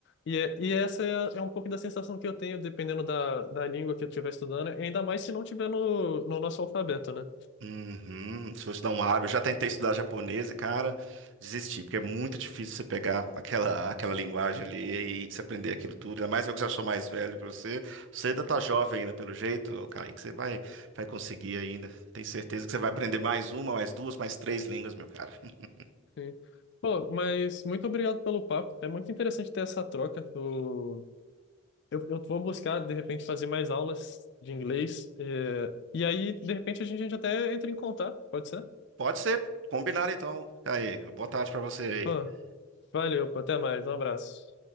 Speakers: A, on the left; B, on the right.
A: E, é- e essa é, é um pouco da sensação que eu tenho, dependendo da, da língua que eu estiver estudando, ainda mais se não tiver no, no nosso alfabeto, né?
B: Uhum. Se fosse dar uma árvore, eu já tentei estudar japonês e, cara, desisti, porque é muito difícil você pegar aquela, aquela linguagem ali e se aprender aquilo tudo. Ainda mais eu que já sou mais velho que você. Você ainda tá jovem ainda, pelo jeito, cara, que você vai, vai conseguir ainda. Tenho certeza que você vai
A: Uhum,
B: aprender mais uma, mais duas, mais três línguas, meu cara. <laughs>
A: sim. Pô, mas muito obrigado pelo papo. É muito interessante ter essa troca. O... Eu, eu vou buscar, de repente, fazer mais aulas de inglês. eh, E, aí, de repente, a gente até entra em contato, pode ser?
B: Pode ser, combinado então. Aí, boa tarde pra você
A: Pô,
B: aí.
A: valeu, pô, até mais. Um abraço.